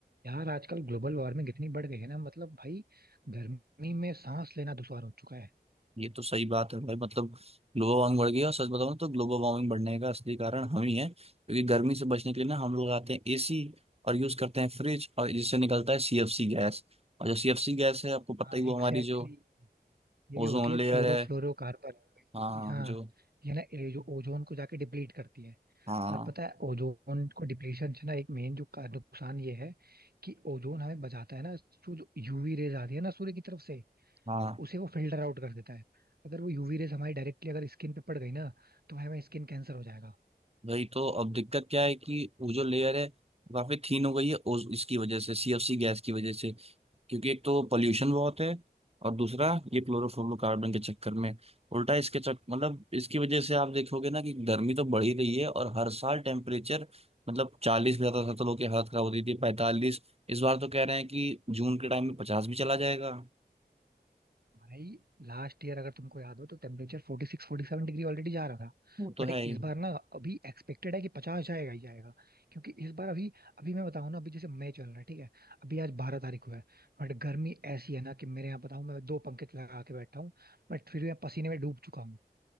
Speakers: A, on the right; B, on the right.
A: यार आजकल global warming इतनी बढ़ गई है ना मतलब भाई गर्मी में सांस लेना दुश्वार हो चुका है
B: ये तो सही बात है भाई मतलब ग्लोबल वार्मिंग बढ़ गई है और सच बताऊं तो ग्लोबल वार्मिंग बढ़ने का असली कारण हम ही है क्योंकि गर्मी से बचने के लिए ना हम लोग आते हैं एसी और यूज करते हैं फ्रिज और जिससे निकलता है सीएफसी गैस और जो सीएफसी गैस है आपको पता
A: हाँ
B: ही वो
A: एग्जैक्टली
B: हमारी जो
A: exactly. ये
B: ओजोन
A: होती है
B: लेयर
A: क्लोरोफ्लोरोकार्बन
B: है
A: बेसिकली
B: हाँ
A: हाँ
B: जो
A: ये ना ये जो ओजोन को जाके डिप्लीट करती है
B: हाँ
A: और पता है ओजोन को डिप्लीशन से ना एक मेन जो का- नुकसान ये है कि ओजोन हमें बचाता है ना जो जो यूवी रेज आती है ना सूर्य की तरफ से
B: हाँ
A: उसे वो फिल्टर आउट कर देता है अगर वो यूवी रेज हमारी डायरेक्टली अगर स्किन पे पड़ गई ना तो हमें स्किन कैंसर हो जाएगा
B: वही तो अब दिक्कत क्या है कि वो जो लेयर है वो काफी थीन हो गई है ओज इसकी वजह से सीएफसी गैस की वजह से क्योंकि एक तो पोल्यूशन बहुत है और दूसरा ये क्लोरोफ्लोरोकार्बन के चक्कर में उल्टा इसके चक मतलब इसकी वजह से आप देखोगे ना कि गर्मी तो बढ़ ही रही है और हर साल टेम्परेचर मतलब चालीस भी जाता था तो लोग की हालत खराब होती थी पैंतालीस इस बार तो कह रहे हैं कि जून के टाइम में पचास भी चला जाएगा
A: भाई लास्ट ईयर अगर तुमको याद हो तो टेम्परेचर 46 47 डिग्री ऑलरेडी जा रहा था
B: वो तो
A: बट
B: है
A: इस
B: ही
A: बार ना अभी एक्सपेक्टेड है कि 50 जाएगा ही जाएगा क्योंकि इस बार अभी अभी मैं बताऊं ना अभी जैसे मई चल रहा है ठीक है अभी आज 12 तारीख हुआ है बट गर्मी ऐसी है ना कि मेरे यहाँ बताऊं मैं दो पंखे लगा के बैठा हूँ बट फिर भी मैं पसीने में डूब चुका हूँ